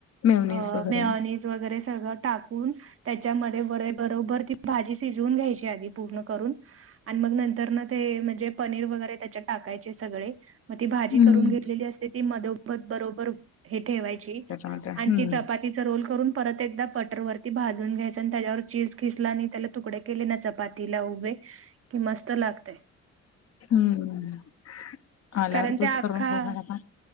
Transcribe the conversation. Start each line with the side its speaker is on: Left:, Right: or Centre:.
Left: मेवनज
Right: अ,
Left: वगैरे.
Right: मेयोनीज वगैरे सगळं टाकून. त्याच्यामध्ये व रे बरोबर ती भाजी शिजवून घ्यायची आधी पूर्ण करून. आणि मग नंतर ना ते म्हणजे पनीर वगैरे त्याच्यात टाकायचे सगळे. मग ती भाजी
Left: हम्म
Right: करून घेतलेली असते ती मधोमद बरोबर हे ठेवायची.
Left: हा काय
Right: आणि
Left: हम.
Right: ती चपातीचा रोल करून परत एकदा बटरवररती भाजून घ्यायच आणि त्याच्यावर चीज खिसला आणि त्याला तुकडे. केले ना चपातीला उभे कि मस्त लागतेय.
Left: हम्म आल्यावर
Right: कारण
Left: तूच
Right: ते अख्खा
Left: करून खघा घाल आता.